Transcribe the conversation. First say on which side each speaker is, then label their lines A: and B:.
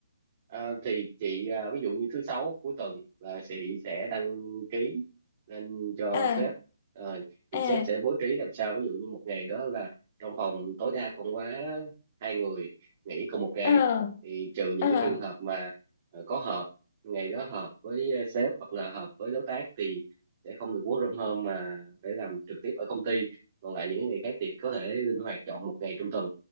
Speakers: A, on the right; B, on the left.
A: À, thì chị à, ví dụ như thứ sáu cuối tuần là chị sẽ đăng ký lên cho
B: À,
A: sếp Ờ, thì
B: à,
A: sếp sẽ bố trí làm sao ví dụ như một ngày đó là trong phòng tối đa không quá hai người nghỉ cùng một ngày
B: à,
A: thì trừ những
B: à,
A: cái trường hợp mà ờ, có họp ngày đó họp với ờ, sếp hoặc là họp với đối tác thì sẽ không được work from home mà phải làm trực tiếp ở công ty còn lại những ngày khác thì có thể linh hoạt chọn một ngày trong tuần